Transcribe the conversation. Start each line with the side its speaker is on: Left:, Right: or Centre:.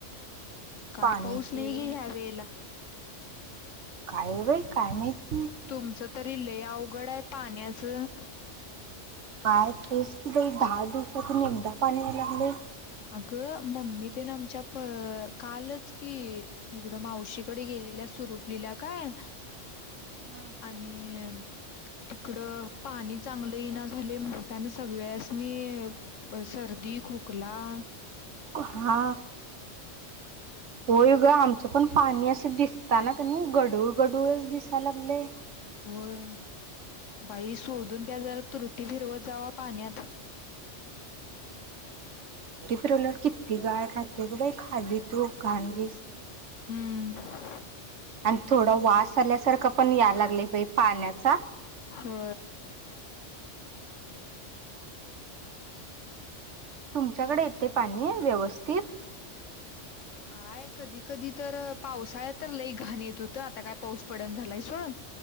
Left: काय
Right: पाणी
Left: पाऊस
Right: पी
Left: नाहीये ह्या वेळेला
Right: काय ग बाई काय माहित
Left: तुमचं तरी लय अवघड आहे पाण्याचं
Right: काय तेच कि बाई दहा दिवसातून एकदा पाणी याय लागले
Left: अगं मम्मी ते आमच्या कालच कि इकडं मावशीकडे गेलेल्या सुरुपिला काय
Right: हम्म.
Left: आणि इकड पाणी चांगलं इना झाले म्हणून त्याना सगळ्यासनी सर्दी खूप हला <unintelligible>
Right: हा होय ग आमचं पण पाणी असं दिसताना की नाही गढूळ गढूळच दिसायला लागलेय
Left: होय बाई सोधुन द्या जरा तरुटी फिरवत जावा पाण्यात
Right: फलावर किती गाळ राहते क बाई खाली तू घाणगीस <unintelligible>
Left: हम्म
Right: आणि थोडा वास आल्यासारखा पण या लागले बाई पाण्याचा
Left: हो
Right: तुमच्याकडे येते पाणी व्यवस्थित
Left: हाय कधी कधी तर पावसाळ्यात तर लई घाण येत होतं आता काय पाऊस पडण झालाय सोडण